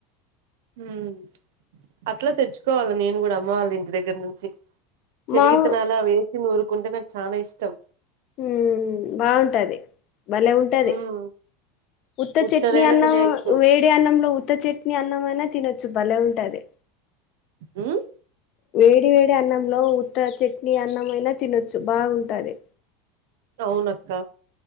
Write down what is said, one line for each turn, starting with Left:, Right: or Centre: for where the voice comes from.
Right: హ్మ్మ్ అట్లా తెచ్చుకోవాలి. నేను కూడా అమ్మవాలి ఇంటి దగ్గర నుంచి చనిగిత్తనాలు
Left: మా ఊ
Right: అవి ఏసి నురుకుంటే నాకు చాలా ఇష్టం
Left: హ్మ్ బాగుంటది. భలేెఉంటది.
Right: హ్మ్
Left: ఉత్త
Right: ఉత్తదైనా
Left: చట్నీ అన్నం
Right: తినేయొచ్చు
Left: వేడి అన్నంలో ఉత్త చట్నీ అన్నం అయినా తినొచ్చు. భలే ఉంటది.
Right: హ్మ్
Left: వేడి వేడి అన్నంలో ఉత్త చట్నీ అన్నం అయినా తినొచ్చు బాగుంటది.
Right: అవునక్క